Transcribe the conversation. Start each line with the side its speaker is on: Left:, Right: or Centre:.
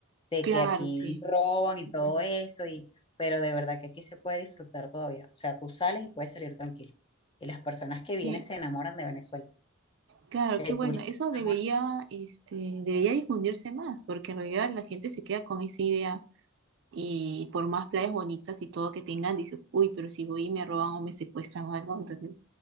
Left: de
Right: claro,
Left: que aquí
Right: sí.
Left: roban y
Right: Ujú.
Left: todo eso, y, pero de verdad que aquí se puede disfrutar todavía. O sea, tú sales y puedes salir tranquilo. Y las personas que vienen
Right: Que-
Left: se enamoran de Venezuela.
Right: claro,
Left: El
Right: qué bueno.
Left: turista
Right: Eso
Left: se
Right: debería,
Left: enamora.
Right: este, debería difundirse más, porque en realidad la gente se queda con esa idea y por más playas bonitas y todo que tengan, dice, uy, pero si voy y me roban o me secuestran o algo, entonces